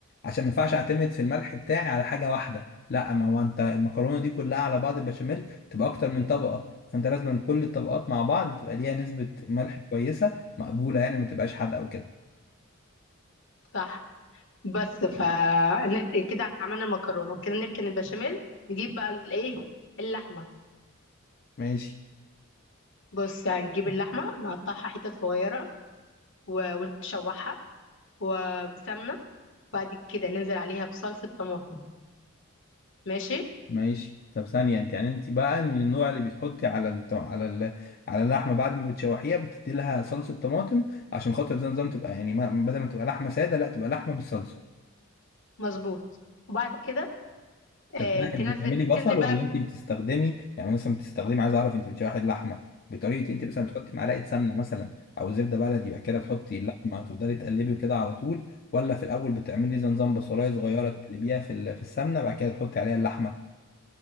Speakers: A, on the left; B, on the left.
A: عشان ما ينفعش اعتمد في الملح بتاعي على حاجه واحده لا ما هو انت المكرونه دي كلها على بعض البشاميل تبقى اكتر من طبقه فانت لازم كل الطبقات مع بعض تبقى ليها نسبه ملح كويسه مقبوله يعني ما تبقاش حادقه وكده
B: صح بس ف نر- كده عملنا المكرونه كده نركن البشاميل نجيب بقى الايه اللحمه
A: ماشي
B: بص هنجيب اللحمه نقطعها حتت صغيره و- ونشوحها وبسمنة بعد كده ننزل عليها بصلصة طماطم ماشي
A: ماشي طب ثانية انت يعني انت بقى من النوع اللي بتحطي على الط... على ال... على اللحمة بعد ما بتشوحيها بتدي لها صلصة طماطم عشان خاطر زي نظام تبقى يعني ما... بدل ما تبقى لحمة سادة لا تبقى لحمة بالصلصة
B: مظبوط وبعد كده
A: طب
B: آه،
A: ثانية
B: تنزل
A: بتعملي بصل
B: تنزل بقى
A: ولا انت بتستخدمي يعني مثلا بتستخدمي عايز اعرف انت بتشوحي اللحمة بطريقة انت مثلا بتحطي معلقة سمنة مثلا او زبدة بلدي بعد كده تحطي اللحمة وتفضلي تقلبي كده على طول ولا في الاول بتعملي زي نظام بصلاية صغيرة تقلبيها في ال... في السمنة بعد كده تحطي عليها اللحمة